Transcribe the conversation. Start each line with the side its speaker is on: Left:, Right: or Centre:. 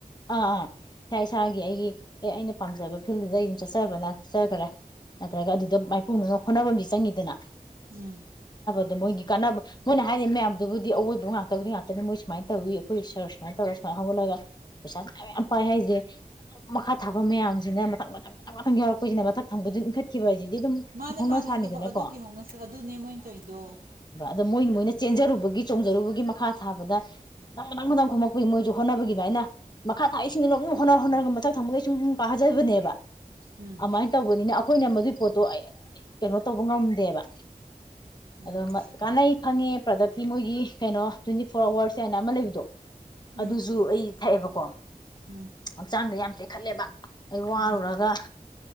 Left: ꯑꯥ ꯑꯥ ꯏꯁꯥ ꯏꯁꯥꯒꯤ ꯑꯩꯒꯤ ꯑꯦ ꯑꯩꯅ ꯄꯥꯝꯖꯕ ꯐꯤꯜꯗꯨꯗ ꯑꯩ ꯑꯗꯨꯝ ꯆꯠꯆꯕꯅ ꯆꯠꯆꯈ꯭ꯔꯦ ꯅꯠꯇ꯭ꯔꯒ ꯑꯗꯨꯗ ꯍꯣꯠꯅꯕꯝꯗꯤ ꯆꯪꯉꯤꯗꯅ
Right: ꯎꯝ
Left: ꯑ ꯃꯣꯏꯒꯤ ꯀꯥꯟꯅꯕ ꯃꯣꯏꯅ ꯍꯥꯏꯔꯤꯕ ꯃꯌꯥꯝꯗꯨꯕꯨꯗꯤ ꯑꯋꯣꯏꯕ ꯉꯥꯛꯇꯕꯨꯗꯤ ꯉꯥꯛꯇꯅꯤ ꯃꯣꯏ ꯁꯨꯃꯥꯏꯅ ꯇꯧꯋꯤ ꯑꯩꯈꯣꯏ ꯁꯔ ꯁꯨꯃꯥꯏꯅ ꯇꯧꯔꯒ ꯁꯨꯃꯥꯏꯅ ꯍꯧꯒꯠꯂꯒ ꯄꯩꯁꯥ ꯃꯌꯥꯝ ꯄꯥꯏ ꯍꯥꯏꯁꯦ ꯑꯗꯨꯝ ꯃꯈꯥ ꯊꯥꯕ ꯃꯌꯥꯝꯁꯤꯅ ꯃꯊꯪ ꯃꯊꯪ ꯃꯊꯪ ꯃꯊꯪ ꯌꯥꯎꯔꯛꯄꯁꯤꯅ ꯃꯊꯛ ꯊꯪꯕꯗꯨ ꯏꯟꯈꯠꯈꯤꯕ ꯍꯥꯏꯁꯤꯗꯤ ꯑꯗꯨꯝ
Right: ꯃꯥꯅꯦ
Left: ꯍꯧꯅ
Right: ꯃꯥꯅꯦ
Left: ꯁꯥꯅꯤꯗꯅꯀꯣ
Right: ꯑꯗꯨ ꯑꯗꯨꯒꯤ ꯍꯧꯅꯁꯦ ꯑꯗꯨꯅꯦ ꯃꯣꯏꯅ ꯇꯧꯗꯣ
Left: ꯑꯗ ꯃꯣꯏꯅ ꯃꯣꯏꯅ ꯆꯦꯟꯖꯔꯨꯕꯒꯤ ꯆꯣꯡꯖꯔꯨꯕꯒꯤ ꯃꯈꯥ ꯊꯥꯕꯗ ꯃꯊꯪ ꯃꯊꯪ ꯃꯊꯪ ꯈꯣꯝꯃꯛꯄꯒꯤ ꯃꯣꯏꯁꯨ ꯍꯣꯠꯅꯕꯒꯤ ꯑꯗꯨꯃꯥꯏꯅ ꯃꯈꯥ ꯊꯥꯛꯁꯤꯡꯅ ꯑꯗꯨ ꯍꯣꯠꯅ ꯍꯣꯠꯅꯔꯒ ꯃꯊꯛ ꯊꯪꯕꯒꯩ ꯁꯨꯝ ꯁꯨꯝ ꯀꯥꯖꯕꯅꯦꯕ
Right: ꯎꯝ
Left: ꯑꯃꯥꯏꯅ ꯇꯧꯕꯅꯤꯅ ꯑꯈꯣꯏꯅ ꯃꯗꯨꯏ ꯄꯣꯠ ꯑꯩ ꯑꯩ ꯀꯩꯅꯣ ꯇꯧꯕ ꯉꯝꯗꯦꯕ
Right: ꯉꯝꯗꯦ
Left: ꯑꯗꯣ
Right: ꯉꯝꯗꯦ
Left: ꯀꯥꯟꯅꯩ ꯈꯪꯉꯦ ꯄ꯭ꯔꯗꯛꯇꯤ ꯃꯣꯏꯒꯤ ꯀꯩꯅꯣ ꯇ꯭ꯋꯦꯟꯇꯤ ꯐꯣꯔ ꯑꯋꯥꯔꯁ ꯍꯥꯏꯅ ꯑꯃ ꯂꯩꯕꯗꯣ
Right: ꯎꯝ
Left: ꯑꯗꯨꯁꯨ ꯑꯩ ꯊꯛꯑꯦꯕ ꯀꯣꯟ
Right: ꯎꯝ
Left: ꯍꯛꯆꯥꯡꯗ ꯌꯥꯝ ꯇꯦꯛ ꯈꯜꯂꯦꯕ ꯑꯩ ꯋꯥꯔꯨꯔꯒ
Right: ꯎꯝ